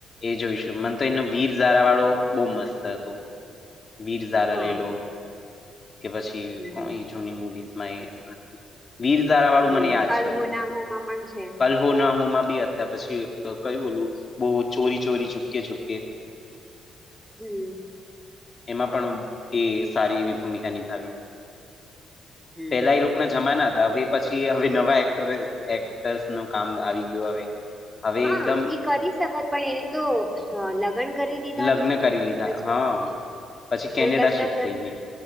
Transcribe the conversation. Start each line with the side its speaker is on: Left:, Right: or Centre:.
Left: એ જોઈશું મને તો એનું વીર ઝારા વાળું બો મસ્ત હતું. વીર ઝારા
Centre: હા
Left: લેલો કે પછી
Centre: હમ
Left: કોઈ
Centre: હમ
Left: જૂની મુવીઝ માં એ વીરા ઝારા વાળું
Centre: હમ
Left: મને યાદ
Centre: કલ
Left: છે
Centre: હો
Left: હજુ
Centre: ના હો માં પણ છે
Left: હો ના હો માં બી હતા પછી કયું ઓલું બો ચોરી ચોરી ચૂપકે ચૂપકે
Centre: હમમ.
Left: એમાં પણ એ સારી એવી ભૂમિકા નિભાવી.
Centre: હમ
Left: પહેલા
Centre: હમ
Left: એ લોકો જમાના હતા હવે પછી હવે નવા એક્ટ એક્ટર્સ નું કામ આવી ગીયુ હવે. હવે
Centre: હા
Left: એકદમ
Centre: એ કરી શકત પણ એને તો હા લગ્ન કરી દીધા
Left: લગ્ન
Centre: તો
Left: કરી લીધા
Centre: પછી
Left: હા પછી કેનેડા
Centre: અને લગ્ન
Left: શિફ્ટ
Centre: કર
Left: થઈ ગઈ